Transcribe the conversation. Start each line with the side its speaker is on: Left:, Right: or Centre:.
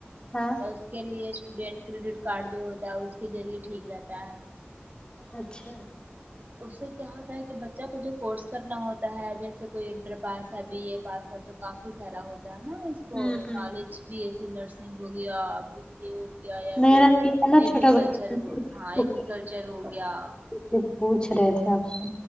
Left: ہاں
Right: تو اس کے لیے اسٹوڈینٹ کریڈٹ کارڈ جو ہوتا ہے اس کے ذریعے ٹھیک رہتا ہے
Left: اچھا
Right: اس سے کیا ہوتا ہے کہ بچہ کو جو کورس کرنا ہوتا ہے جیسے کوئی انٹر پاس ہے بی اے پاس ہے تو کافی سارا ہوتا ہے نا اس
Left: ہوں
Right: کو
Left: ہوں
Right: نالج بھی پھر نرسنگ ہو گیا بی سی اے ہو گیا یا
Left: میرا
Right: پھر
Left: بھی ہے نا
Right: ایگررییکلچر
Left: چھوٹا بھائی
Right: ہاں ایگررییکلچر ہو گیا
Left: کچھ پوچھ رہے تھے آپ سے